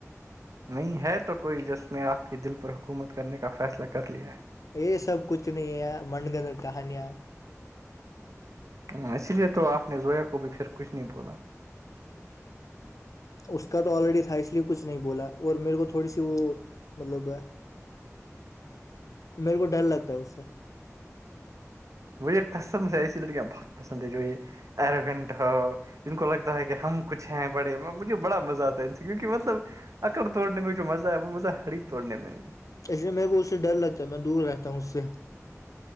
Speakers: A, on the right; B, on the left.
A: نہیں ہے تو کوئی جس نے آپ کے دل پر حکومت کرنے کا فیصلہ کر لیا ہے
B: یہ سب کچھ نہیں ہے منگن کہانیاں
A: ہ اسی لیے تو آپ نے زویا کو بھی پھر کچھ نہیں بولا
B: اس کا تو آلریڈی تھا اس لیے کچھ نہیں بولا اور میرے کو تھوڑی سی وہ مطلب میرے کو ڈر لگتا ہے اس سے
A: مجھے قسم سے ایسی لڑکیاں بہت پسند ہے جو یہ اروگنٹ ہو ان کو لگتا ہے کہ ہم کچھ ہیں بڑے مجھے بڑا مزہ آتا ہے ان سے کیونکہ مطلب اکڑ توڑنے میں جو مزہ ہے وہ مزہ ہڑی توڑنے میں نہیں
B: اس لیے میرے کو اس سے ڈر لگتا ہے میں دور رہتا ہوں اس سے